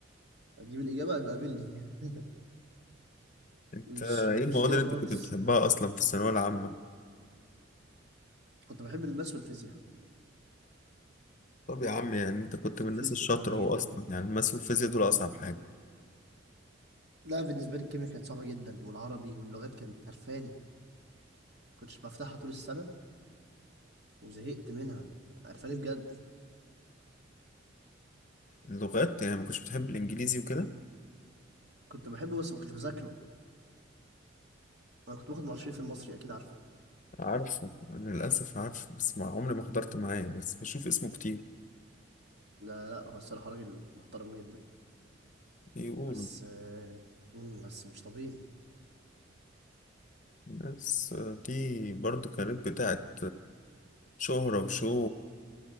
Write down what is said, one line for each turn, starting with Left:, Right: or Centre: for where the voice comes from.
Right: هتجيب الإجابة يبقى قابلني <laughs>
Left: انت
Right: مش
Left: ايه
Right: مش
Left: المواد
Right: كده
Left: اللي
Right: خالص
Left: انت كنت بتحبها اصلا في الثانويه العامه
Right: كنت بحب الماس والفيزياء
Left: طب يا عم يعني انت كنت
Right: والفيزياء
Left: من الناس الشاطره
Right: كنت بحبها
Left: هو
Right: جدا
Left: اصلا
Right: يعني
Left: يعني الماس والفيزياء دول اصعب حاجه
Right: لا بالنسبة لي الكيمياء كانت صعبة جدا والعربي واللغات كانت قرفاني كنتش بفتحها طول السنة وزهقت منها عرفاني بجد
Left: اللغات يعني ما كنتش بتحب الانجليزي وكده
Right: كنت بحبه بس ما كنتش بذاكره انا كنت باخد معشرين في المصري اكيد عارفه
Left: عارفه انا للاسف عارفه بس ما عمري ما حضرت معاه بس بشوف اسمه كتير
Right: لا لا هو الصراحة راجل محترم جدا
Left: يقولوا
Right: بس آه، مم، بس مش طبيعي
Left: الناس دي برضو كانت بتاعت شهرة وشو